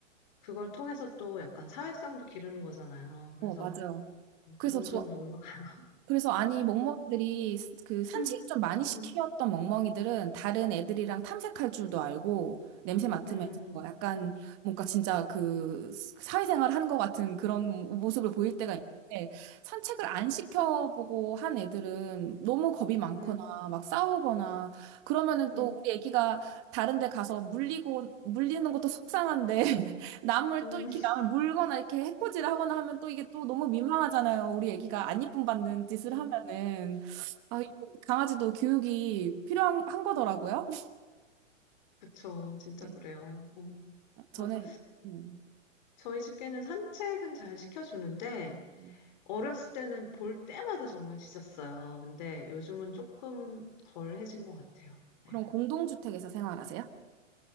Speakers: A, on the left; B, on the right.
A: 그걸 통해서 또 약간 사회성도 기르는 거잖아요. 그래서
B: 어, 맞아요. 그래서
A: 종종
B: 저,
A: 놀러 가요.
B: 그래서 아니 멍멍이들이 스- 그 산책
A: 음,
B: 좀 많이 시키었던
A: 음,
B: 멍멍이들은 다른 애들이랑 탐색할 줄도 알고 냄새 맡으면서
A: 음,
B: 뭐 약간
A: 음,
B: 뭔가 진짜 그 스- 사회생활 하는 것 같은 그런 모습을 보일 때가 있는데 산책을 안 시켜보고
A: 음,
B: 한 애들은 너무 겁이 많거나
A: 음,
B: 막 싸우거나 그러면은
A: 음,
B: 또 우리 애기가 다른 데 가서 물리고 물리는 것도 속상한데 남을
A: 음.
B: 또 이렇게 남을 물거나 이렇게 해코지를 하거나 하면 또 이게 또 너무 민망하잖아요. 우리 애기가 안 예쁨 받는 짓을
A: 음.
B: 하면은 아, 이거 강아지도 교육이 필요한 한 거더라고요.
A: 그쵸, 진짜
B: 네.
A: 그래요. 어.
B: 음, 저는
A: 그래서
B: 음,
A: 저희 집게는 산책은 잘 시켜주는데,
B: 음.
A: 어렸을 때는 볼 때마다 정말 짖었어요. 근데 요즘은 조금 덜 해진 것 같아요.
B: 그럼
A: 네.
B: 공동주택에서 생활하세요?